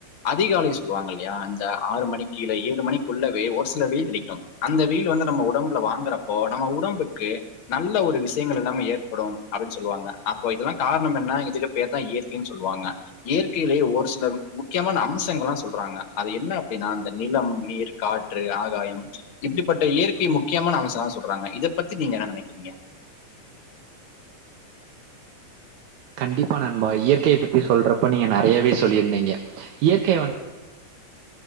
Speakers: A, on the left (about 55°); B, on the right (about 80°).
A: அதிகாலை சொல்லுவாங்கில்லயா இந்த ஆறு மணிக்கு இல்ல ஏழு மணிக்குள்ளவே ஒரு சில வெயிலடிக்கு அந்த வெயில் வந்து நம்ம உடம்புல வாங்கறப்போ நம்ம உடம்புக்கு நல்ல ஒரு விஷயங்கள் எல்லாமே ஏற்படும் அப்டின் சொல்லுவாங்க அப்போ இதெல்லா கார்ணம் என்ன இதுக்கு பேர் தா இயற்கைன் சொல்வாங்க இயற்கைலயே ஒரு சில ம் முக்கியமான அம்சங்கள்லா சொல்றாங்க அது என்ன அப்டின்னா அந்த நிலம், நீர், காற்று, ஆகாயம் இப்டிப்பட்ட இயற்கை முக்கியமான அம்சல்லா சொல்றாங்க இத பத்தி நீங்க என்ன நெனைக்றீங்க
B: கண்டிப்பா நண்பா இயற்கைய பத்தி சொல்றப்ப நீங்க நெறையாவே சொல்லீர்ந்தீங்க இயற்கைய வந்